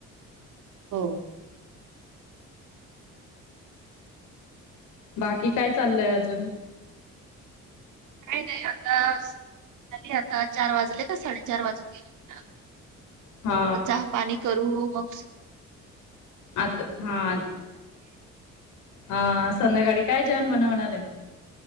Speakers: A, on the right (about 80°); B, on the left (about 85°).
A: हो.
B: बाकी काय चाललय अजून.
A: काय नाही आतास आली आता, चार वाजले का साडेचार वाजून गेला.
B: हा
A: चहा पाणी करू. मक
B: आता हअ अ संध्याकाळी काय जेन बनवणार आहे.